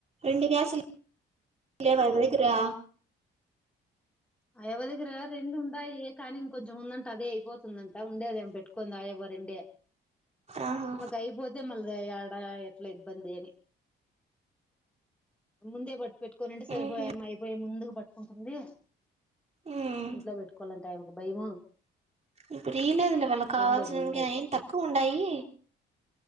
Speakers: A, on the right; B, in the centre.
A: రెండు గ్యాస్లు <inaudible> లేవా క్కరా
B: అయవ్వ దగ్గర రెండు ఉండాయి కానీ ఇంకొంచము ఉందంటే అదే అయిపోత్ తుందంటా ఉండేదేం పెట్టుకోన్ తాగేవ రెండే
A: ఆహా
B: ఆమె కైపోతే మ ళ్ళా ఏడా ఎట్లా ఇబ్బందీ అని. ముందే పట్ పెట్టుకొని ఉంటే సరిపోయే.
A: ఉహు
B: ఆ అమ్మాయ్ అయిపోయే ముందు పట్కుంటుందీ.
A: ఉమ్
B: ఇంట్లో పెట్టుకోవాలంట్ టైమ్ భయమూ.
A: ఇప్పుడు ఈ లేదు లే వాళ్ళ కావాల్సినదానికి
B: రెండేమున్నాయి
A: ఏం తక్కువ ఉండయీ.